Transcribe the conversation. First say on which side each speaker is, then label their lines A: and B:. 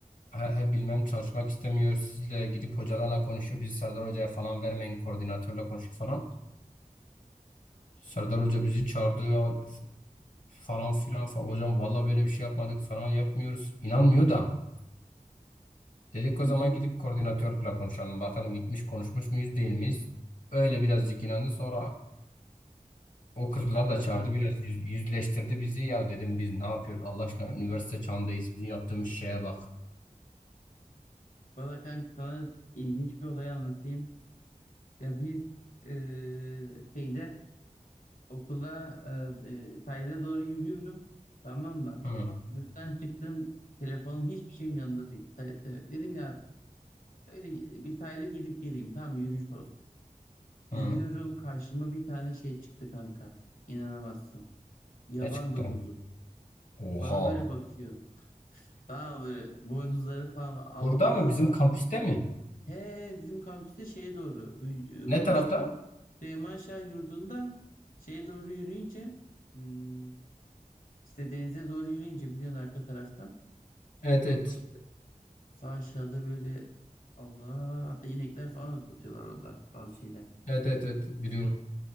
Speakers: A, on the left; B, on the left.
A: he, he bilmem çalışmak istemiyor sizle gidip hocalarla konuşuyor bizi Serdar Hoca'ya falan vermeyin koordinatörle konuşuyor falan. Serdar Hoca bizi çağırdı ya. falan filan falan. Hocam valla böyle bir şey yapmadık falan yapmıyoruz. İnanmıyor da. Dedik
B: Hmm.
A: o zaman gidip koordinatörle konuşalım. Bakalım gitmiş konuşmuş muyuz değil miyiz? Öyle birazcık inandı. Sonra o kızlar
B: Vallahi
A: da çağırdı.
B: kanka,
A: Biraz yüz- yüzleştirdi bizi. Ya dedim biz ne yapıyoruz? Allah aşkına üniversite çağındayız. Bizim yaptığımız şeye bak.
B: vallahi kanka sana ilginç bir olay anlatayım. Ya biz e, şeyde okula e, e, sahile doğru yürüyorum. Tamam mı?
A: Hı.
B: Yurttan çıktım. Telefonum hiçbir şeyim yanımda değil. Sa- e, Dedim ya öyle bir sahile gidip geleyim. Tamam yürüyüş olsun. Gidiyorum
A: Hı.
B: karşıma bir tane şey çıktı kanka. İnanamazsın. Yaban
A: Ne çıktı?
B: domuzu.
A: Oha.
B: Bana böyle bakıyor. Tamam böyle boynuzları falan. var. Allah.
A: Burada mı? Bizim kampüste mi?
B: He he, bizim kampüste şeye doğru bu
A: Ne
B: e,
A: tarafta?
B: şey Süleyman Şah Yurdu'nda şeye doğru yürüyünce hmm, işte denize doğru yürüyünce biliyorsun arka taraftan
A: Evet
B: Kanka,
A: evet.
B: sağ aşağıda böyle Allah hatta inekler falan otlatıyorlar orada bazı şeyler.
A: Evet evet evet. Biliyorum.